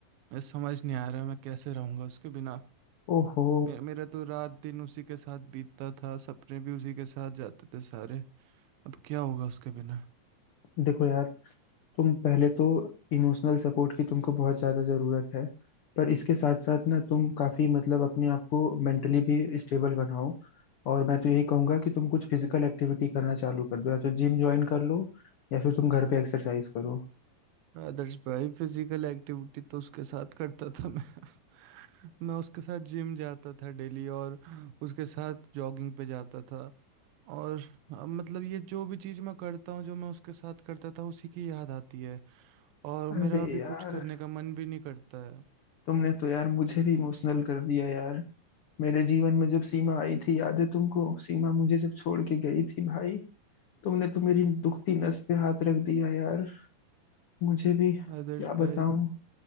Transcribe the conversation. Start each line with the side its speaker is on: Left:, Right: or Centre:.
Right: मैं समझ नहीं आ रहा मैं कैसे रहूँगा उसके बिना
Left: ओहो
Right: मेरा मेरा तो रात दिन उसी के साथ बीतता था सपने भी उसी के साथ जाते थे सारे अब क्या होगा उसके बिना
Left: देखो यार तुम पहले तो इमोशनल सपोर्ट की तुमको बहुत ज्यादा जरूरत है पर इसके साथ साथ ना तुम काफी मतलब अपने आप को मेंटली भी स्टेबल बनाओ और मैं तो यही कहूंगा कि तुम कुछ फिजिकल एक्टिविटी करना चालू कर दो या तो जिम ज्वाइन कर लो या फिर तुम घर पे एक्सरसाइज करो
Right: आदर्श भाई फिजिकल एक्टिविटी तो उसके साथ करता था मैं <laughs> मैं उसके साथ जिम जाता था डेली और उसके साथ जॉगिंग पे जाता था और अब मतलब ये जो भी चीज़ मैं करता हूँ जो मैं उसके साथ करता था उसी की याद आती है और
Left: अरे
Right: मेरा अभी
Left: यार
Right: कुछ करने का मन भी नहीं करता है
Left: तुमने तो यार मुझे भी इमोशनल कर दिया यार मेरे जीवन में जब सीमा आई थी याद है तुमको सीमा मुझे जब छोड़ के गई थी भाई तुमने तो मेरी दुखती नस पे हाथ रख दिया यार मुझे भी
Right: आदर्श
Left: क्या
Right: भाई
Left: बताऊं